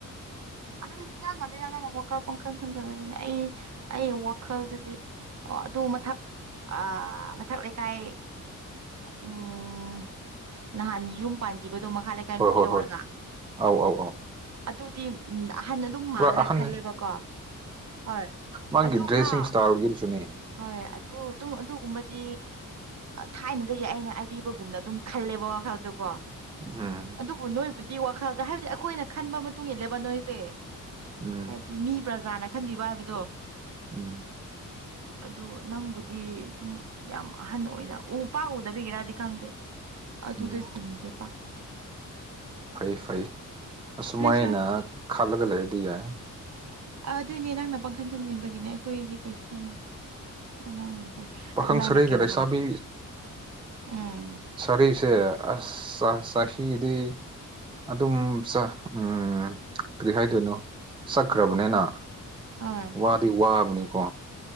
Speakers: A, on the right; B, on the right.
A: ꯑꯍꯟ ꯁꯨꯡ ꯌꯥꯝꯃꯥꯟꯗꯦ ꯅꯪꯅ ꯋꯥꯈꯜ ꯄꯥꯡꯈꯜ ꯈꯟꯖꯕꯒꯤꯅꯦ ꯑꯩ -ꯑꯩ ꯋꯥꯈꯜꯗꯗꯤ ꯑꯣ ꯑꯗꯨ ꯃꯊꯛ ꯑ ꯃꯊꯛ ꯂꯩꯀꯥꯏ ꯎꯝ ꯅꯍꯥꯟꯒꯤ ꯌꯨꯝ ꯄꯥꯟꯈꯤꯕꯗꯣ ꯃꯈꯥ ꯂꯩ ꯆꯥ
B: ꯍꯣꯏ
A: ꯅꯨꯄꯤ
B: ꯍꯣꯏ
A: ꯂꯧꯔꯒ
B: ꯍꯣꯏ ꯑꯧ ꯑꯧ ꯑꯧ
A: ꯑꯗꯨꯗꯤ ꯎꯝ ꯑꯍꯥꯟ ꯑꯗꯨꯝ
B: ꯄꯨꯔꯥ
A: ꯃꯥꯜꯂ
B: ꯑꯍꯟꯅꯦ
A: ꯈꯜꯂꯦꯕꯀꯣ ꯍꯣꯏ
B: ꯃꯥꯒꯤ
A: ꯑꯗꯨ
B: ꯗ꯭ꯔꯦꯁꯤꯡ
A: ꯐꯥꯎ
B: ꯏꯁꯇꯥꯏꯜꯒꯤꯗꯨꯁꯨꯅꯦ
A: ꯍꯣꯏ ꯑꯗꯨ- ꯑꯗꯨ ꯑꯗꯨꯒꯨꯝꯕꯗꯤ ꯊꯥꯏꯅꯗꯒꯤ ꯑꯩꯅ ꯑꯔꯤꯕꯒꯨꯝꯅ ꯑꯗꯨꯝ ꯈꯜꯂꯦꯕ ꯋꯥꯈꯜꯗꯨ ꯀꯣ
B: ꯎꯝ
A: ꯑꯗꯨꯕꯨ ꯅꯣꯏꯕꯨꯗꯤ ꯋꯥꯈꯜꯗ ꯍꯥꯏꯕꯗꯤ ꯑꯩꯈꯣꯏꯅ ꯈꯟꯕ ꯃꯇꯨꯡ ꯏꯜꯂꯦꯕ ꯅꯣꯏꯁꯦ
B: ꯎꯝ
A: ꯍꯥꯏꯕꯗꯤ ꯃꯤ ꯄ꯭ꯔꯖꯥꯅ ꯈꯟꯕꯤꯕ ꯍꯥꯏꯕꯗꯣ
B: ꯎꯝ
A: ꯑꯗꯨ ꯅꯪꯕꯨꯗꯤ ꯑꯗꯨꯝ ꯌꯥꯝ ꯑꯍꯟ ꯑꯣꯏꯅ ꯎ ꯄꯥꯛꯎꯗꯕꯤꯒꯤꯔꯗꯤ ꯈꯪꯗꯦ ꯑꯗꯨꯗ
B: ꯎꯝ
A: ꯆꯤꯡꯗꯦ ꯄꯥꯛ
B: ꯐꯩ ꯐꯩ ꯑꯁꯨꯃꯥꯏꯅ
A: ꯂꯩꯁꯥꯕꯤ
B: ꯈꯜꯂꯒ ꯂꯩꯔꯗꯤ ꯌꯥꯏ
A: ꯑꯥ ꯑꯗꯨꯏꯅꯦ ꯅꯪꯅ ꯄꯪꯈꯟ ꯈꯟꯖꯤꯟꯕꯒꯤꯅꯦ ꯑꯩꯈꯣꯏꯗꯤ ꯀꯩꯁꯨ ꯈꯟꯗꯦ ꯗꯨꯝ ꯑꯉꯥꯡ ꯑꯣꯏꯅ ꯈꯜꯂꯦ
B: ꯄꯥꯈꯪ
A: ꯑꯗꯣ ꯅꯪꯅ
B: ꯁꯔꯩꯒ
A: ꯀꯔꯤ
B: ꯂꯩꯁꯥꯕꯤ
A: ꯎꯝ
B: ꯁꯔꯤꯁꯦ ꯑꯁ ꯑꯥ ꯆꯍꯤꯗꯤ ꯑꯗꯨꯝ ꯆꯥ ꯎꯝ ꯀꯔꯤ ꯍꯥꯏꯗꯣꯏꯅꯣ ꯁꯛꯈ꯭ꯔꯥꯕꯅꯦꯅ
A: ꯎꯝ
B: ꯋꯥꯗꯤ ꯋꯥꯕꯅꯤꯀꯣ